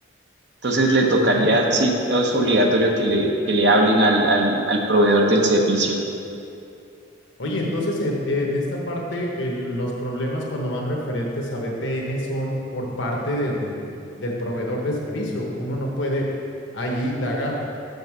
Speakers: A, on the right; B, on the left.
A: Entonces, le tocaría,
B: Ujú.
A: sí, es obligatorio que le, que le hablen al, al, al proveedor del servicio.
B: Oye, entonces e- en esta parte el- los problemas cuando van referentes a VPN son por parte del, del proveedor de servicio. Uno no puede allí indagar.